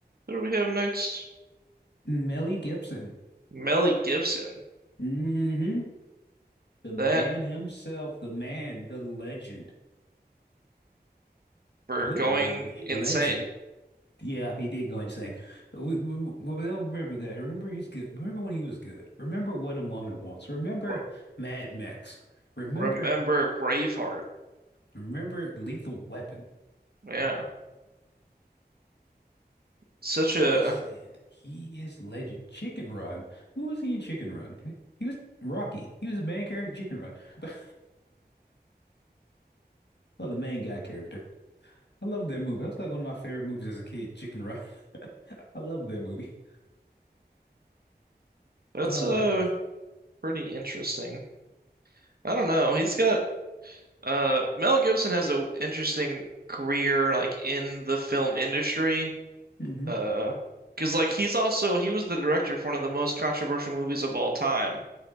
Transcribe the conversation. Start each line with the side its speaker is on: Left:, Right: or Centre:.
Right: What do we have next?
Left: Melly Gibson.
Right: Melly Gibson.
Left: hmm The man
Right: That
Left: himself, the man, the legend,
Right: for
Left: literally
Right: going
Left: the legend.
Right: insane.
Left: Yeah, he did go insane. We, we, we don't remember that. Remember his good. Remember when he was good. Remember What a Woman Wants. Remember
Right: Re
Left: Mad Max. Remember,
Right: remember Braveheart.
Left: remember Lethal Weapon.
Right: Yeah. Such
Left: He
Right: a
Left: is he is legend. Chicken Run. Who was he in Chicken Run? He was Rocky. He was the main character in Chicken Run. <laughs> Well, the main guy character. I love that movie. That was like one of my favorite movies as a kid, Chicken Run. <laughs> I love that movie.
Right: that's
Left: Oh,
Right: uh
Left: but
Right: pretty interesting. I don't know. He's got uh Mel Gibson has a interesting career like in the film industry.
Left: hmm
Right: Uh, because like he's also he was the director for one of the most controversial movies of all time.